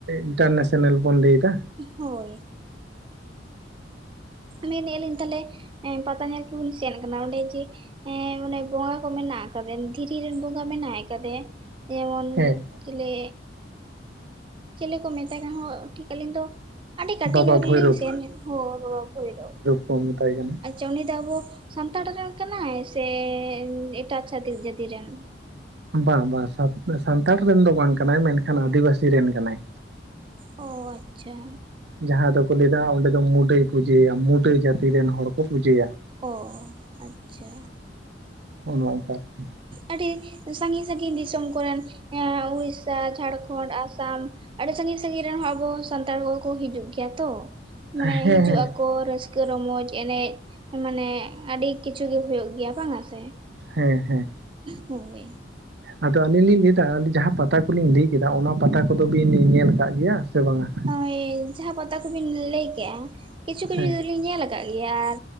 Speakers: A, on the right; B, on the right.
A: ᱤᱱᱴᱟᱨᱱᱮᱥᱮᱱᱮᱞ ᱵᱚᱱ ᱞᱟᱹᱭᱮᱫᱟ,
B: ᱦᱳᱭ ᱢᱮᱱᱮᱜᱼᱟ, ᱞᱤᱧ ᱛᱟᱦᱚᱞᱮ ᱦᱮ ᱯᱟᱛᱟ ᱧᱮᱞ ᱠᱩᱵᱤᱱ, ᱪᱮᱫ ᱠᱟᱱᱟ ᱚᱸᱰᱮ ᱡᱮ ᱮ ᱚᱱᱮ ᱵᱚᱸᱜᱟ ᱠᱚ ᱢᱮᱱᱟᱜ ᱟᱠᱟᱫᱮ ᱫᱷᱤᱨᱤ ᱨᱮᱱ ᱵᱚᱸᱜᱟ ᱢᱮᱱᱟᱭ ᱟᱠᱟᱫᱮᱭᱟ ᱡᱮᱢᱚᱱ
A: ᱦᱮᱸ
B: ᱪᱮᱞᱮ ᱪᱮᱞᱮ ᱠᱚ ᱢᱮᱛ ᱠᱟᱱᱦᱚᱸ ᱴᱷᱤᱠ ᱟᱹᱞᱤᱧ ᱫᱚ ᱟᱹᱰᱤ ᱠᱟᱹᱴᱤᱡ
A: ᱵᱟᱵᱟ
B: ᱧᱚᱜ ᱨᱮᱞᱤᱧ
A: ᱵᱷᱳᱭᱨᱳᱵ
B: ᱥᱮᱱ ᱮᱱᱟ ᱦᱳ ᱵᱟᱵᱟ ᱵᱷᱳᱭᱨᱚᱵᱽ
A: ᱠᱚ ᱢᱮᱛᱟᱭ ᱠᱟᱱᱟ ᱾
B: ᱟᱪᱪᱷᱟ ᱩᱱᱤ ᱫᱚ ᱟᱵᱚ ᱥᱟᱱᱛᱟᱲ ᱨᱮᱱ ᱠᱟᱱᱟᱭ ᱥᱮ ᱮᱴᱟᱜ ᱪᱷᱟᱛᱤᱠ ᱡᱟᱹᱛᱤ ᱨᱮᱱ?
A: ᱵᱟᱝ ᱵᱟᱝ ᱥᱟᱱᱛᱟᱲ ᱨᱮᱱ ᱫᱚ ᱵᱟᱝ ᱠᱟᱱᱟᱭ, ᱢᱮᱱᱠᱷᱟᱱ ᱟᱹᱫᱤᱵᱟᱹᱥᱤ ᱨᱮᱱ ᱠᱟᱱᱟᱭ᱾
B: ᱚ ᱟᱪᱪᱷᱟ,
A: ᱡᱟᱦᱟᱸ ᱫᱚ ᱠᱚ ᱞᱟᱹᱭ ᱫᱟ ᱚᱸᱰᱮ ᱫᱚ ᱢᱩᱰᱟᱹᱭ ᱯᱩᱡᱟᱹᱭᱟ ᱢᱩᱰᱟᱹ ᱡᱟᱛᱤ ᱨᱮᱱ ᱦᱚᱲ ᱠᱚ ᱯᱩᱡᱟᱹᱭᱟ,
B: ᱚ ᱟᱪᱪᱷᱟ,
A: ᱚᱱᱚ ᱚᱝᱠᱟ ᱟᱨᱠᱤ
B: ᱟᱹᱰᱤ ᱥᱟᱺᱜᱤᱧ ᱥᱟᱺᱜᱤᱧ ᱫᱤᱥᱚᱢ ᱠᱚᱨᱮᱱ ᱮ ᱩᱲᱤᱥᱥᱟ ᱡᱷᱟᱲᱠᱷᱚᱸᱰ ᱟᱥᱟᱢᱼᱼ ᱟᱹᱰᱤ ᱥᱟᱺᱜᱤᱧ ᱥᱟᱺᱜᱤᱧ ᱨᱮᱱ ᱦᱚᱸ ᱟᱵᱚ ᱥᱟᱱᱛᱟᱲ ᱠᱚ ᱠᱚ ᱦᱤᱡᱩᱜ ᱜᱮᱭᱟ ᱛᱚ, ᱢᱟᱱᱮ
A: ᱦᱮᱸ
B: ᱦᱤᱡᱩᱜ
A: ᱦᱮᱸ
B: ᱟᱠᱚᱼᱼ ᱠᱚ ᱨᱟᱹᱥᱠᱟᱹ ᱨᱚᱢᱚᱡᱽ ᱮᱱᱮᱡ ᱢᱟᱱᱮ ᱟᱹᱰᱤ ᱠᱤᱪᱷᱩ ᱜᱮ ᱦᱩᱭᱩᱜ ᱜᱮᱭᱟ ᱵᱟᱝᱟ ᱥᱮ?
A: ᱦᱮᱸ ᱦᱮᱸ
B: ᱦᱳᱭ
A: ᱟᱫᱚ ᱟᱹᱞᱤᱧ ᱞᱤᱧ ᱞᱮᱫᱟ ᱡᱟᱦᱟᱸ ᱯᱟᱛᱟ ᱠᱚᱞᱤᱧ ᱞᱟᱹᱭ ᱠᱮᱫᱟ ᱚᱱᱟ ᱯᱟᱛᱟ ᱠᱚ ᱫᱚ ᱵᱤᱱ ᱧᱮᱞ ᱠᱟᱜ ᱜᱮᱭᱟ? ᱥᱮ ᱵᱟᱝᱟ
B: ᱦᱳᱭ ᱡᱟᱦᱟᱸ ᱯᱟᱛᱟ ᱠᱩᱵᱤᱱ ᱞᱟᱹᱭ ᱠᱮᱜᱼᱟ ᱠᱤᱪᱷᱩᱼᱼ
A: ᱦᱮᱸ,
B: ᱞᱤᱧ ᱧᱮᱞ ᱠᱟᱜ ᱜᱮᱭᱟ ᱟᱨ